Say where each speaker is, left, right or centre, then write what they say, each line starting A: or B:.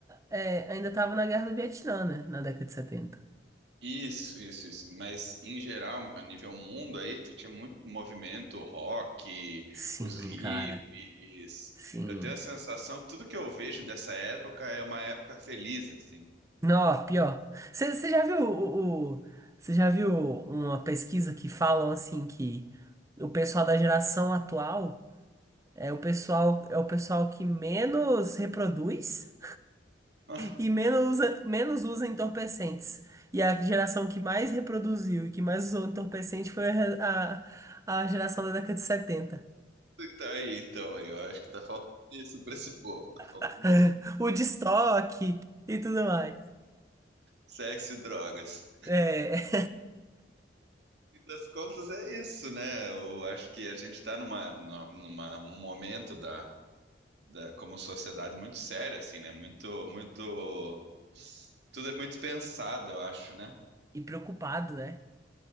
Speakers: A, on the right; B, on the right.
A: é, ainda tava na Guerra do Vietnã, né? Na década de setenta.
B: Isso, isso, isso. Mas em geral, a nível mundo aí, t- tinha muito movimento rock,
A: Sim,
B: os hippies.
A: cara. Sim.
B: Eu tenho a sensação que tudo que eu vejo dessa época é uma época feliz, assim.
A: Não, pior. Você você já viu o, o- você já viu uma pesquisa que falam assim que o pessoal da geração atual é o pessoal é o pessoal que menos reproduz
B: <laughs>
A: e menos usa, menos usa entorpecentes. E a geração que mais reproduziu e que mais usou entorpecente foi a, a, a geração da década de setenta
B: Então aí, então aí, eu acho que tá faltando isso pra esse povo, tá faltando
A: <laughs> O de estoque e tudo mais.
B: sexo e drogas.
A: É,
B: das contas é isso, né? Eu acho que a gente está numa, numa, numa- num momento da, da, como sociedade muito sério, assim, né? Muito, muito, tudo é muito pensado, eu acho, né?
A: <laughs> e preocupado, né?